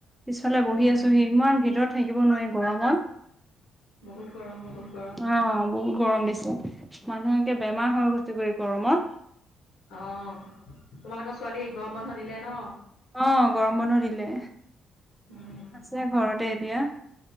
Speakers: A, in the centre; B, on the left.
A: পিছফালে বহি
B: উম
A: আছো হি ইমান ভিতৰত থাকিব নোৱাৰি গৰমত।
B: বহুত গৰম বহুত গৰম
A: অ', বহুত গৰম দিছে মানুহকে বেমাৰ হৈ গৈছে গৈ গৰম মৰমত।
B: অহ তোমালোকৰ ছোৱালী গৰম বন্ধ দিলে ন।
A: অ', গৰম বন্ধ দিলে।
B: উম
A: আছে ঘৰতে এতিয়া